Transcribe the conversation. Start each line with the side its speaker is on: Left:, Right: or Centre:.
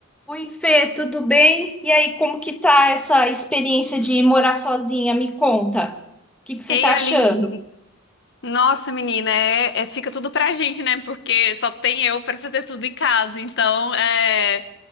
Centre: Oi, Fê, tudo bem? E aí, como que tá essa experiência de morar sozinha? Me conta. O que que você
Left: Ei,
Centre: tá
Left: Aline.
Centre: achando?
Left: Nossa, menina, é, é- fica tudo pra gente, né? Porque só tem eu pra fazer tudo em casa. Então, é,